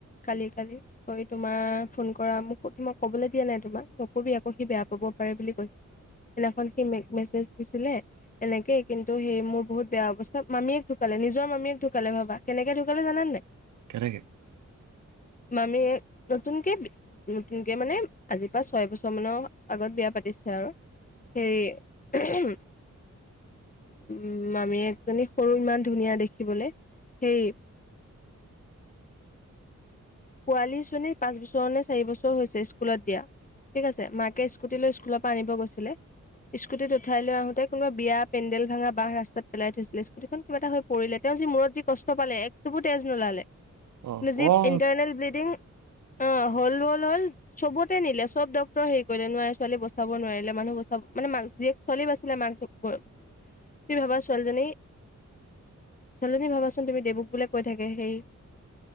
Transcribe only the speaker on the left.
কালি কালি। কৰি তোমাৰ ফোন কৰা মোক তোমাক কবলৈ দিয়া নাই তোমাক নকবি আকৌ সি বেয়া পাব পাৰে বুলি কৈছে। সেইদিনাখন সি মেচেজ দিছিলে। এনেকে কিন্তু সেই মোৰ বহুত বেয়া অৱস্থা মামীয়ে ঢুকালে নিজৰ মামীয়ে ঢু ঢুকালে ভাবা কেনেকে ঢুকালে জানানে নাই।
মামীয়ে নতুনকে বি নতুনকে মানে আজিৰ পৰা ছয় বছৰ মানৰ আগত বিয়া পাতিছে আৰু। হেৰি <unintelligible> উম, মামীয়েক জনী সৰু ইমান ধুনীয়া দেখিবলে সেই পোৱালি জনীয়ে পাঁচ বছৰ নে চাৰি বছৰ হৈছে স্কুলত দিয়া ঠিক আছে মাকে স্কুট লৈ স্কুলৰ পৰা আনিব গৈছিলে স্কুটিত উঠাই লৈ আহোতে কোনোবা বিয়া পেণ্ডেল ভাঙা বাহ ৰাস্তাত পেলাই থৈছিলে স্কুটীখন কিবা এটা হৈ পৰিলে তেওঁ যি মূৰত যি কষ্ট পালে এক টোপো তেজ নোলালে।
কিন্তু যি
ইণ্টাৰনেল ব্লিডিং অ'হ'ল হ'ল চবতে নিলে চব ডক্টৰে হেৰি কৰিলে নোৱাৰে ছোৱালী বচাব নোৱাৰিলে মানুহ বচাব মানে জীয়েক ছোৱালী বাচিলে মাকটো গ'ল তুমি ভাবা ছোৱালীজনী ছোৱালীজনী ভাবাচোন তুমি দেবকুলে কৈ থাকে সেই